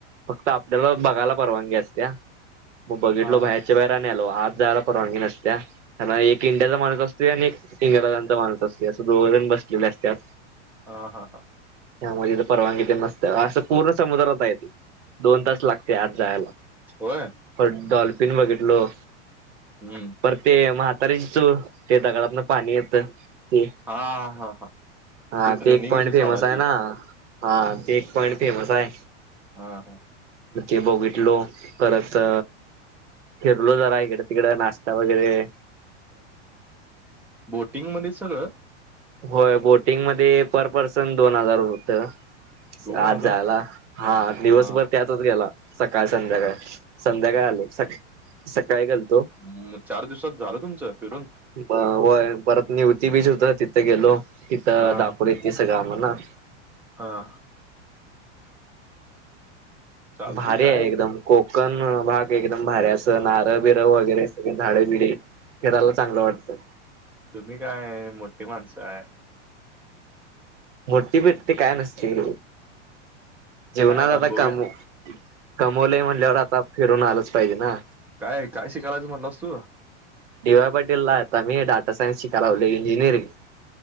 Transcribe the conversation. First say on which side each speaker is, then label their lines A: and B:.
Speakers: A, on the right (about 80°); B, in the centre.
A: फक्त आपल्याला बघायला परवानगी असत्या, मग बघितल
B: हा
A: बाहेरच्या बाहेर - आलो आत जायला परवानगी नसत्या- ह एक इंडियाचा माणूस असतोय आणि एक इंग्रजांचा माणूस असतोय, असं दोघ जण बसलेले असत्यात.
B: हा हा हा.
A: त्यामध्ये तर परवानगी ते नसत्या, असं पूर्ण समुद्रात हायत दोन तास लागते आत- जायला.
B: होय.
A: परत डाँल्फिन बघितलो.
B: हम्म. <unintelligible>
A: परत ते, म्हातारीची चूळ ते दगडातन पाणी येतं- ते.
B: हा हा हा
A: हा,
B: ट्रेनिंग
A: ते एक पॉइंट
B: विषयी
A: फेमस
B: चालू
A: आहे
B: ते
A: ना. हा, ते एक पॉइंट फेमस आहे.
B: हा हा.
A: ते बघितलो परत- फिरलो जरा, इकड तिकड नाश्ता वगैरे-
B: बोटिंगमध्येच सगळं?
A: होय, बोटिंगमध्ये पर पर्सन दोन हजार होतं-
B: दोन
A: आत
B: हजार
A: जायला, हा दिवसभर
B: हा
A: त्यातच गेला. सकाळ, संध्याकाळ. संध्याकाळ आलो सका सकाळी गेलतो -
B: हं.. चार दिवसात झालं तुमचं फिरून?
A: ब होय परत निऊती बीच होत तिथं गेलो, तिथं
B: हा
A: दाखवलीत
B: हा
A: ते सगळं आम्हाना.
B: हा. चालते
A: भारी
B: काय
A: आहे एकदम को कन भाग एकदम भारी हाय अस नारळ बिरळ वगैरे सगळी झाडे बिडे फिरायला चांगलं वाटतंय.
B: तुम्ही काय मोठी माणसं हाय.
A: मोठी बिट्टी काय नसतय, जीवणात
B: काय
A: आता
B: बघ्या
A: काम कमवलय म्हणल्यावर आता फिरून आलंच पाहिजे ना.
B: काय काय शिकायलास म्हणलास तु?
A: डी वाय पाटीलला आता मी डाटा सायन्स शिका लागलोय इंजिनिअरिंग.